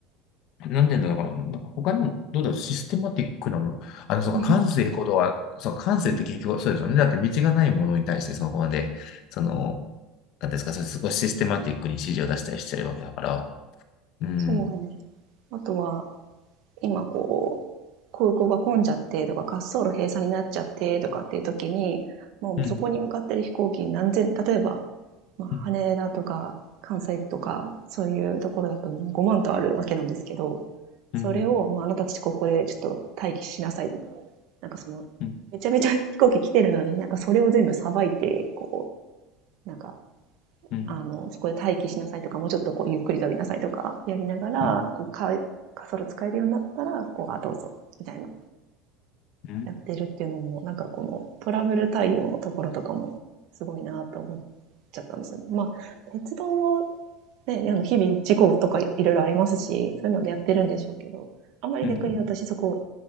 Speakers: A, on the left; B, on the right.
A: なんでだから、なんか他にも、どうだろう、システマティックなもの、あの、そうか、
B: <laughs>
A: 感性ほどは、そうか、感性って結局そうですよね。だって道がないものに対して、そこまで、その、なんていうんですか、それ少しシステマティックに指示を出したりしてるわけだから、うん、
B: そうなんです。あとは、今こう、空港が混んじゃってとか、滑走路閉鎖になっちゃってとかっていう時に、もうそこに向かってる飛行機何千、
A: うん、
B: 例えばまあ、羽田とか関西とか、
A: うん、
B: そういうところだともう5万とあるわけなんですけど、それを、
A: うん、うん、
B: まあ、あなたたちここでちょっと待機しなさいとか、なんかその、
A: うん、
B: めちゃめちゃ <laughs> 飛行機来てるのに、なんかそれを全部さばいて、こう、なんか、
A: うん、
B: あの、そこで待機しなさいとか、もうちょっとこう、ゆっくり飛びなさいとか、やりながら、
A: うん、
B: こう、か、滑走使えるようになったら、こう、あ、どうぞ、みたいな、
A: うん、
B: やってるっていうのも、なんかこの、トラブル対応のところとかも、すごいなと思っちゃったんですよね。まあ、鉄道もね、あの、日々事故とかいろいろありますし、そういうのでやってるんでしょうけど、あんまり逆に私そこ
A: うん、